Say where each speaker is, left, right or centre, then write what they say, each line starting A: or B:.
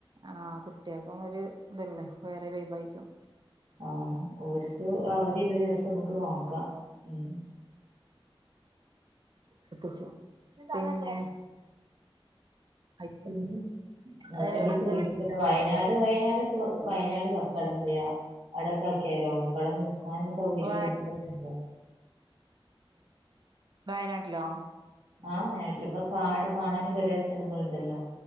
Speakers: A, on the right; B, on the right.
A: ആ കുട്ടികൾക്കും ഒരു ഇതല്ലേ വേറെ വൈബായിക്കും
B: ആ ഓര്ക്ക് അവധിയുള്ള ദിവസം നമുക്ക് നോക്കാ മം
A: ഇട്ത്തച്ചു പിന്നെ ആയിട്ടില്ല
B: പിന്നെ അത
A: വേറെന്താ
B: നമ്മൾ ചോദിച്ച വയനാട് വയനാട്ക്കെ വയനാട് കക്കാടംപൊയിൽ റിയ അവടെക് ലോ ന കട നിക്കാനുള്ള സൗകര്യം
A: വ
B: ഇല്ലോ
A: വയനാട്ടിലോ
B: ആ വയനാട്ടില് ഇപ്പ കാ അവിടെ കാണാനും കൊറേ സ്ഥലങ്ങളണ്ടല്ലോ